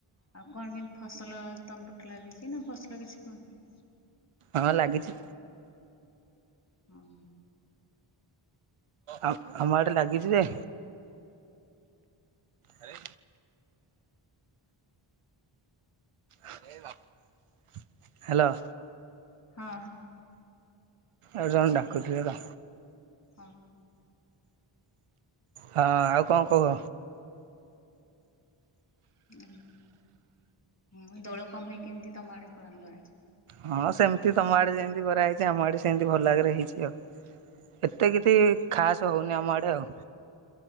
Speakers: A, on the left; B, on the right.
A: ଆଉ କଣ କେମତି ଫସଲ ତୋମ ପଟେ ଲାଗିଛି ନା? ଫସଲ କିଛି କନ
B: ହଁ ଲାଗିଛି।
A: ହଁ।
B: ଆଉ ଆମ ଆଡେ ଲାଗିଛି ଯେ ଆରେ। ହ୍ୟାଲୋ।
A: ହଁ।
B: ଏ ଜଣ୍ ଡାକୁଥିଲେ ତ।
A: ହଁ।
B: ହଁ ଆଉ କଣ କୁହ?
A: ଆଉ ହଁ ଦୋଳ କମେହି କେମତି ତୋମ ଆଡ଼େ ପାଳନ କରା ଅଛି?
B: ହଁ ସେମିତି ତୋମ ଆଡେ ଯେମିତି କରାହେଇଚି ଆମ ଆଡେ ସେମତି ଭଲ ଆଗରେ ହେଇଛି ଆଉ। ଏତେ କିଛି ଖାସ୍ ହଉନି ଆମ ଆଡ଼େ ଆଉ।